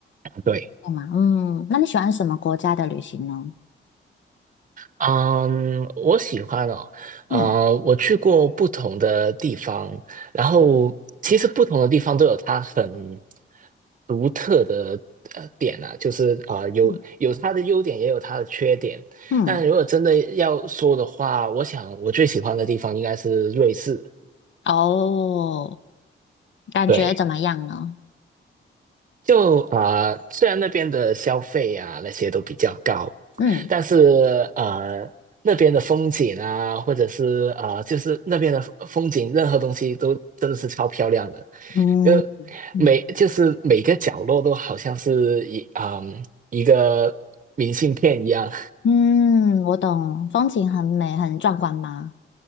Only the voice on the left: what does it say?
对吗？嗯，那你喜欢什么国家的旅行呢？
嗯
嗯
嗯，
哦，感觉怎么样呢？
嗯
嗯
嗯
嗯，我懂，风景很美，很壮观吗？